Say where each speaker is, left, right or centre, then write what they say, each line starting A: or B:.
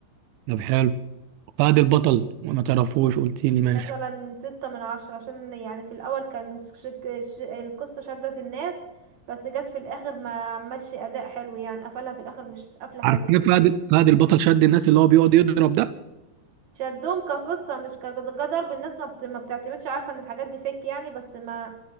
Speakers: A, on the right; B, on the right.
A: طب حلو فهد البطل ما تعرفوش قلت لي ماشي
B: مثلا ستة من عشرة عشان يعني في الأول كان شك... ش... القصة شدت الناس بس جت في الآخر ما عملش أداء حلو يعني قفلها في الآخر مش قفلة حلو
A: عارفين فهد فهد البطل شد الناس اللي هو بيقعد يضرب ده
B: شدهم كقصة مش كضرب الناس ما, بت... ما بتعتمدش عارفة ان الحاجات دي فيك يعني بس ما